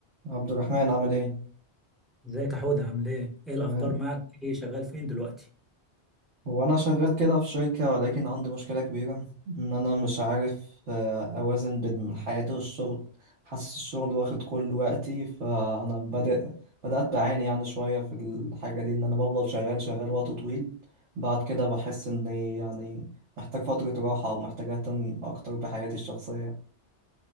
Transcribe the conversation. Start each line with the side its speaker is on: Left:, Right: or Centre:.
Right: عبد الرحمن عامل ايه؟
Centre: ازيك يا حودة عامل ايه؟ ايه الأخبار
Right: تمام
Centre: معك؟ ايه شغال فين دلوقتي؟
Right: هو انا شغال كده في شركة ولكن عندي مشكلة كبيرة ان انا مش عارف آه، اوازن بين حياتي والشغل حاسس الشغل واخد كل وقتي فانا بدأ بدأت بعاني يعني شوية في الحاجة دي ان انا بفضل شغال شغال وقت طويل بعد كده بحس اني يعني محتاج فترة راحة او محتاج اهتم اكتر بحياتي الشخصية